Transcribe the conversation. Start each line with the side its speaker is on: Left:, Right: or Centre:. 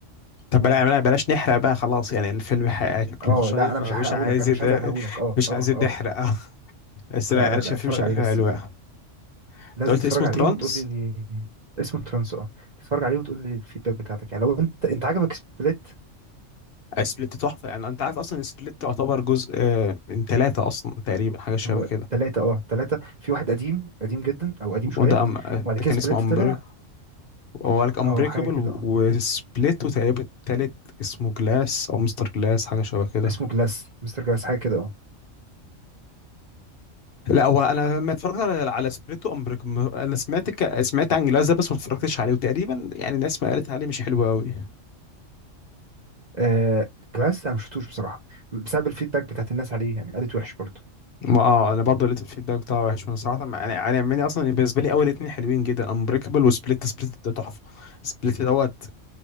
Left: طب
Right: قول
Left: بلا بلا- بلاش نحرق بقى خلاص يعني الفيلم ح- <laughs> شكله
Right: اه
Left: شيق
Right: لا انا مش
Left: مش
Right: هحرقهولك
Left: عايز
Right: انا
Left: يت-
Right: مش عايز احرقهولك اه
Left: مش
Right: اه
Left: عايز
Right: اه
Left: نحرق <laughs> بس لا
Right: لا لا
Left: انا شايف
Right: لا
Left: الفيلم
Right: اتفرج
Left: شكله
Right: عليه بس
Left: حلو يعني
Right: لازم
Left: انت قلت
Right: تتفرج
Left: اسمه
Right: عليه
Left: ترانس
Right: وتقول لي اسمه ترانس اه تتفرج عليه وتقول لي الفيدباك بتاعتك يعني لو انت انت عجبك سبليت
Left: سبليت تحفه يعني انت عارف اصلا سبليت تعتبر جزء آه، من ثلاثه اصلا تقريبا حاجه شبه
Right: هو
Left: كده
Right: ثلاثة اه ثلاثة في واحد قديم قديم جدا او قديم
Left: وده
Right: شوية
Left: أم... آه،
Right: وبعد
Left: ده
Right: كده
Left: كان
Right: سبليت
Left: اسمه امبريك
Right: طلع
Left: وقالك امبريكابل
Right: اه حاجة كده اه
Left: وسبليت وتقريبا التالت اسمه جلاس او مستر جلاس حاجه شبه كده
Right: اسمه جلاس مستر جلاس حاجة كده اه
Left: لا هو انا ما اتفرجت على على سبريتو امبريكم انا سمعت ك... سمعت عن جلاس ده بس ما اتفرجتش عليه وتقريبا يعني الناس ما قالت عليه مش حلو قوي
Right: آه، جلاس انا مشفتوش بصراحة بسبب الفيدباك بتاعت الناس عليه يعني قالت وحش برضه
Left: ما اه انا برضه لقيت الفيدباك بتاعه وحش وانا صراحه ما- يعني انا مني اصلا بالنسبه لي اول اتنين حلوين جدا امبريكابل وسبليت سبليت ده تحفه سبليت دوت